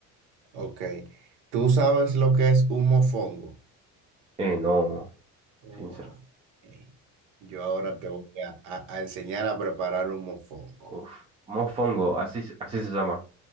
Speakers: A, on the right (about 70°); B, on the right (about 20°).
A: Ok. ¿Tú sabes lo que es un mofongo?
B: Eh, no,
A: Oh,
B: sincero.
A: ok. Yo ahora te voy a, a- a enseñar a preparar un mofongo.
B: Uf, mofongo, así, se- así se llama.